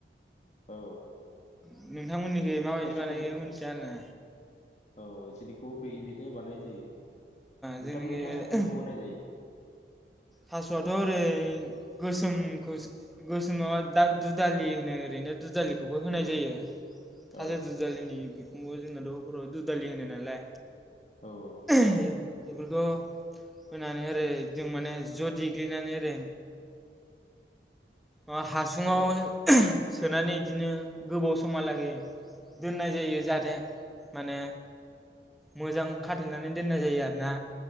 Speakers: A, on the left; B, in the centre.
A: औ
B: उम नोंथांमोननिखै माबायदि
A: थास'खौ
B: बानायो मिथिया आरो ना
A: औ <unintelligible> बिदिनो बानायनाय जायो
B: जोंनिखै
A: नोंथांमोननियाव थासखौ माखौ होनाय जायो
B: थासआथ ओरै गोसोमखौ गोसोम नंङा दा दुदालि होनो ओरैनो दुदालिखौ बेखौबो होनाय
A: औ
B: जायो थास
A: औ
B: दुदालिनि <inaudible> दुदालि होनाय नालाय।
A: औ
B: <unintelligible> बेफोरखौ होनानै ओरै जों माने ज देग्लिनानै ओरै अ हासुङाव
A: औ
B: सोनानै बिदिनो गोबाव समहालागै दोननाय जायो जाहाथे माने मोजां खाथेनानै दोननाय जायो आरोना।